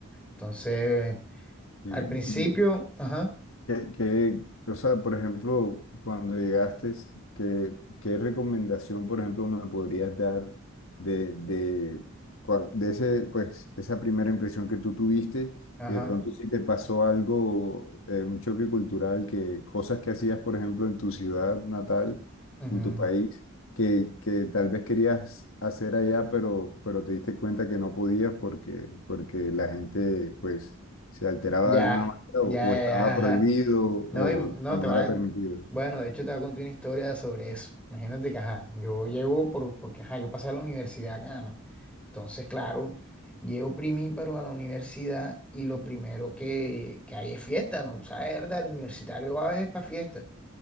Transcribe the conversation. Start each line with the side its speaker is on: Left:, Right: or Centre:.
Centre: Entonces,
Left: Sí.
Centre: al principio, ajá,
Left: ¿Qué, qué- o sea, por ejemplo, cuando llegaste, ¿qué, qué recomendación, por ejemplo, me podrías dar de, de, cua- de ese, pues, esa primera impresión que tú tuviste
Centre: ajá,
Left: y de pronto si te pasó algo, eh, un choque cultural, que cosas que hacías, por ejemplo, en tu ciudad natal,
Centre: ujú,
Left: en tu país, que, que tal vez querías hacer allá, pero, pero te diste cuenta que no podías porque, porque la gente, pues se alteraba
Centre: ya,
Left: de alguna manera
Centre: ya,
Left: o, o
Centre: ya,
Left: estaba
Centre: ajá.
Left: prohibido o,
Centre: No, y- no,
Left: o
Centre: te
Left: no
Centre: va,
Left: era permitido.
Centre: bueno, de hecho te voy a contar una historia sobre eso. Imagínate que, ajá, yo llego por, porque, ajá, yo pasé a la universidad acá, ¿no? Entonces, claro, llego primíparo a la universidad y lo primero que, que hay es fiesta, ¿no? O sea, ¿verdad? El universitario va a veces para fiesta.